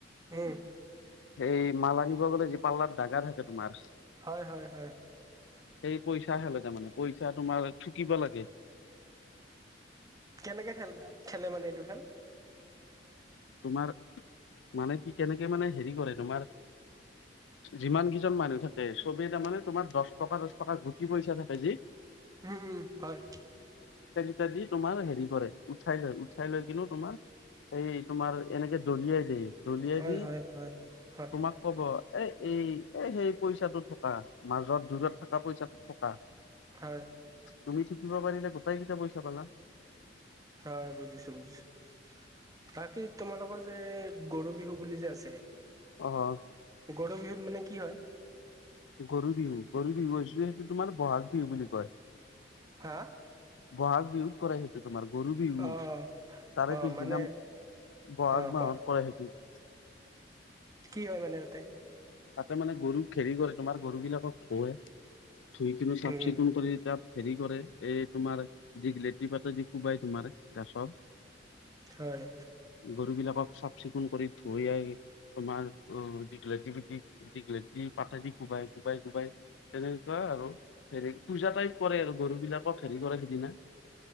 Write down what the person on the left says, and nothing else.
এই মাল আনিব গ'লে যি পাল্লাত দাগা থাকে তোমাৰ।
সেই পইচা হে ল তে মানে, পইচা তোমাৰ ঠুকিব লাগে।
তোমাৰ। মানে কি কেনেকে মানে হেৰি কৰে তোমাৰ। যিমান কেইজন মানুহ থাকে চবেই তাৰ মানে তোমাৰ দশ টকা দচ টকা গুটি পইচা থাকে যি।
ইত্যাদি তোমাৰ হেৰি কৰে উঠাই লৈ, উঠাই লৈ কিনু তোমাৰ। তোমাৰ এনেকে দলিয়াই দিয়, দলিয়াই
দি
তোমাক ক'ব এই। এই এ সেই পইচাটো থকা মাজত দূৰত থকা পইচাটো থকা।
তুমি থোকিব পাৰিলে গোটাইকেইটা পইচা পালা।
অ',
গৰু বিহু, গৰু বিহু হৈছে সেইটো তোমাৰ বহাগ বিহু বুলি কয়।
বহাগ বিহুত কৰে সেইটো তোমাৰ। গৰু বিহু,
তাৰে
পিছদিনা
বহাগ
মাহত
কৰে সেইটো। <inaudible>
তাতে মানে গৰুক খেৰি কৰে তোমাৰ গৰুবিলাকক ধুৱে। ধুই কিনি চাফ
চিকুণ কৰি তাত হেৰি কৰে এই তোমাৰ দিঘ লেটি পাতেদি কোবাই তোমাৰ গাছৰ।
গৰু বিলাকক। চাফ-চিকুণ কৰি ধুই আহি তোমাৰ দীঘলতি দিঘলেতি পাতেদি কোবাই-কোবাই-কোবাই, তেনেকুৱা আৰু হেৰি পূজা টাইপ কৰে আৰু গৰু বিলাকক হেৰি কৰে সিদিনা।